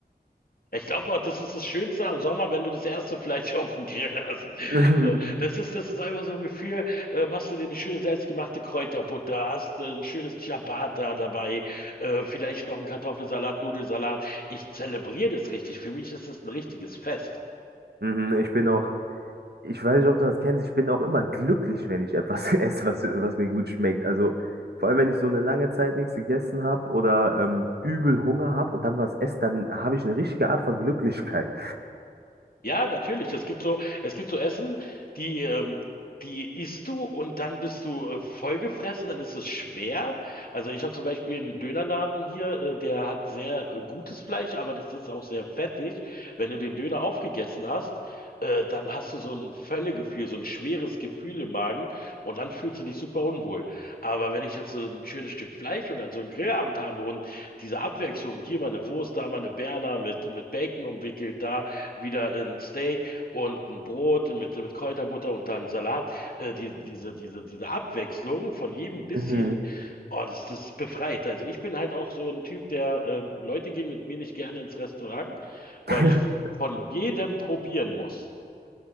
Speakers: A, on the left; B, on the right.
A: Ich glaube, das ist das Schönste am Sommer, wenn du das erste Fleisch <laughs> auf dem Grill hast.
B: <laughs>
A: So, das ist, das ist einfach so ein Gefühl. Äh, machst du dir eine schöne selbstgemachte Kräuterbutter, hast äh, ein schönes Ciabatta dabei, äh, vielleicht noch einen Kartoffelsalat, Nudelsalat. Ich zelebriere das richtig. Für mich ist das ein richtiges Fest.
B: Mhm. Ich bin auch Ich weiß nicht, ob du das kennst. Ich bin auch immer glücklich, wenn ich etwas <laughs> esse, was, was mir gut schmeckt. Also vor allem, wenn ich so eine lange Zeit nichts gegessen habe oder ähm, übel Hunger habe und dann was esse, dann habe ich eine richtige Art von Glücklichkeit.
A: Ja, natürlich. Es gibt so, es gibt so Essen, die, ähm, die isst du und dann bist du äh, vollgefressen, dann ist es schwer. Also ich habe zum Beispiel einen Dönerladen hier, äh, der hat sehr äh, gutes Fleisch, aber das ist auch sehr fettig. Wenn du den Döner aufgegessen hast, äh, dann hast du so ein Völlegefühl, so ein schweres Gefühl im Magen und dann fühlst du dich super unwohl. Aber wenn ich jetzt so ein schönes Stück Fleisch und dann so einen Grillabend habe und diese Abwechslung, hier mal eine Wurst, da mal eine Berner mit, mit Bacon umwickelt, da wieder ein Steak und ein Brot mit, mit Kräuterbutter und dann Salat. Äh, die, diese, diese, diese Abwechslung von jedem bisschen,
B: Mhm.
A: oh, das, das befreit. Also ich bin halt auch so ein Typ, der äh, Leute gehen mit mir nicht gerne ins Restaurant, weil
B: <laughs>
A: ich von jedem probieren muss.